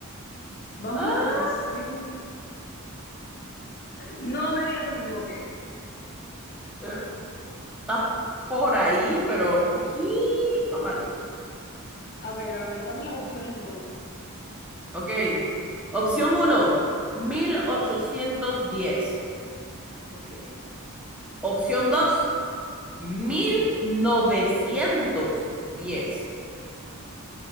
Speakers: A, on the left; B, in the centre.
A: Vamos
B: Ah,
A: a decir... No me digas que me equivoqué.
B: eh, estás por ahí, pero un poquito mal.
A: A ver, a ver, dame las opciones entonces.
B: Ok. Opción uno, 1810.
A: Ok.
B: Opción dos, mil novecientos diez.